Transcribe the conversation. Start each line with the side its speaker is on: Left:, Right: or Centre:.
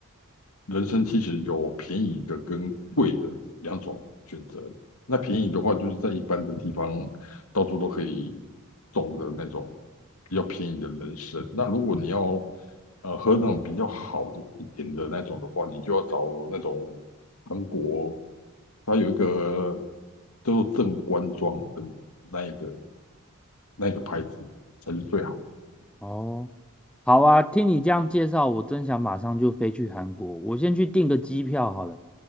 Left: 人参其实有便宜的跟贵的两种选择。那便宜的话，就是在一般的地方到处都可以种的那种比较便宜的人参。那如果你要呃喝那种比较好的一点的那种的话，你就要找那种韩国，它有一个叫做正官庄的那一个那一个牌子才是最好。
Centre: 哦。好啊，听你这样介绍，我真想马上就飞去韩国。我先去订个机票好了。